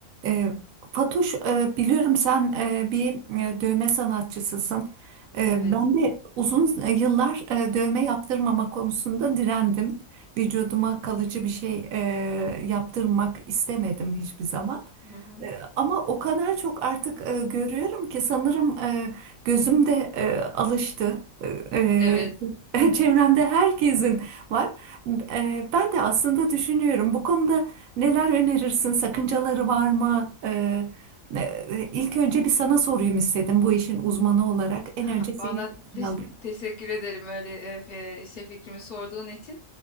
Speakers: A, on the right (about 85°); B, on the left (about 55°).
A: E, Fatoş, e, biliyorum sen e, bir e, dövme sanatçısısın. E,
B: Evet.
A: ben de uzun yıllar e, dövme yaptırmama konusunda direndim. Vücuduma kalıcı bir şey e, yaptırmak istemedim hiçbir zaman.
B: Hı hı.
A: E, Ama o kadar çok artık e, görüyorum ki sanırım e, gözüm de e, alıştı. E,
B: Evet.
A: e, <laughs> çevremde herkesin var. E, ben de aslında düşünüyorum bu konuda neler önerirsin? Sakıncaları var mı? E, e, ilk önce bir sana sorayım istedim bu işin uzmanı olarak. En
B: <laughs>
A: önce senin
B: Vallahi
A: fikrini
B: teş-
A: alayım.
B: teşekkür ederim öyle e, e, şey fikrimi sorduğun için.